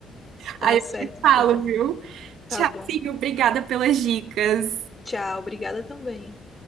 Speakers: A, on the left; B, on the right.
A: Tá
B: aí eu
A: certo,
B: te falo,
A: então.
B: viu?
A: Tá
B: Tchauzinho,
A: bom.
B: obrigada pelas dicas.
A: Tchau, obrigada também.